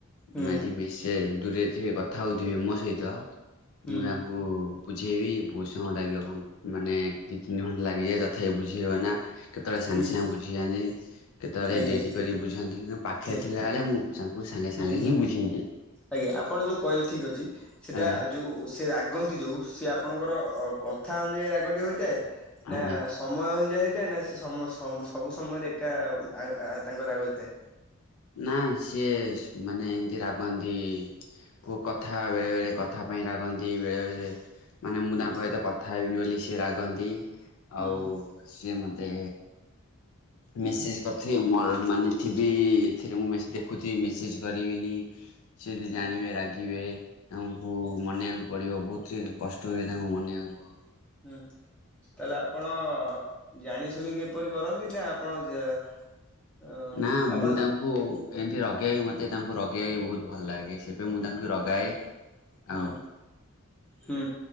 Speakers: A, in the centre; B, on the left.
A: ହୁଁ
B: ମାରି ବିଶେ ଦୂରେ ଥିବେ କଥା ହଉଥିବେ ମୋ ସହିତ
A: ହୁଁ
B: ମୁଁ ତାଙ୍କୁ ବୁଝେଇବି ବହୁତ ସମୟ ଲାଗିବ ମାନେ ଦୁଇ ତିନି ଘଣ୍ଟା ଲାଗିଯାଏ ତଥାପି ବୁଝେଇବ ନା କେତେବେଳେ ସାଙ୍ଗେ
A: ହୁଁ
B: ସାଙ୍ଗେ ବୁଝିଯାଆନ୍ତି କେତେବେଳେ
A: ଆଜ୍ଞା
B: ଡେରି କରିକି ବୁଝନ୍ତି କିନ୍ତୁ ପାଖରେ
A: ଆଜ୍ଞା
B: ଥିଲାବେଳେ ମୁଁ ତାଙ୍କୁ ସାଙ୍ଗେ ସାଙ୍ଗେ
A: ହୁଁ
B: ହିଁ ବୁଝେଇଦିଏ।
A: ଆଜ୍ଞା ଆପଣ ଯୋଉ କହିଲେ ଠିକ ଅଛି ସେଇଟା
B: ଆଜ୍ଞା
A: ଯୋଉ ସେ ରାଗନ୍ତି ଯୋଉ ସେ ଆପଣଙ୍କର କଥା ଅନୁଯାୟୀ ରାଗଟି ହୋଇଥାଏ।
B: ଆଜ୍ଞା
A: ନା ସମୟ ଅନୁୟାଈ ହେଇଥାଏ ନା ସେ ସମ- ସବୁ ସମୟରେ ଏକା ତାଙ୍କ ରାଗ ହୋଈଥାଏ।
B: ନା ସିଏ ମାନେ ଏମିତି ରାଗନ୍ତି କେଉଁ କଥା ବେଳେବେଳେ କଥା ପାଇଁ ରାଗନ୍ତି ବେଳେବେେଳେ। ମାନେ ମୁଁ
A: ହୁଁ
B: ତାଙ୍କ ସହିତ କଥା ହେବିନି ବୋଲି ସିଏ ରାଗନ୍ତି
A: ହୁଁ
B: ଆଉ ସିଏ ମତେ
A: ହୁଁ
B: ମେସେଜ କରିଥିବ ମୋର ମାନେ ଥିବି ଏଥିରେ ମୁଁ ଦେଖୁଛି ମେସେଜ କରିବିନି ସେ ଯଦି ଜାଣିବେ
A: ଆଜ୍ଞା
B: ରାଗିବେ ତାଙ୍କୁ
A: ଆଜ୍ଞା
B: ମନେଇବାକୁ ପଡିବ ବହୁତ କଷ୍ଟ। ତାଙ୍କୁ
A: ହୁଁ
B: ମନେଇବାକୁ ହେବ।
A: ହୁଁ ତାହେଲେ ଆପଣ ଜାଣି ଶୁଣିକି ଏପରି କରନ୍ତି ନା ଆପଣ ଅଁ
B: ନା ମୁଁ
A: ଆପଣ
B: ତାଙ୍କୁ ଏମତି ରଗେ ରଗେଇ ମତେ ତାଙ୍କୁ ରଗେଇ ବାକୁ ବହୁତ ଭଲ ଲାଗେ ସେପାଇଁ ମୁଁ ତାଙ୍କୁ ରଗାଏ।
A: ହୁଁ
B: ଆଉ
A: ହୁଁ।